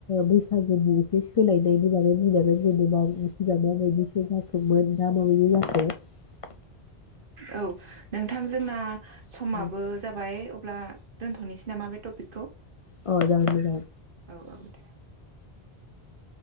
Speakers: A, on the left; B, on the right.
A: बैस बैसागुनि एसे सोलायनायनि बागै बुंनागोन जेनेबा सिगां माबायदि थो जाखोमोन दा माबायदि जाखो
B: औ नोंथां जोंना समाबो
A: जाखो
B: जाबाय अब्ला दोनथ'नोसै नामा बे टपिकखौ औ
A: अ जागोन दे जागोन
B: औ दे।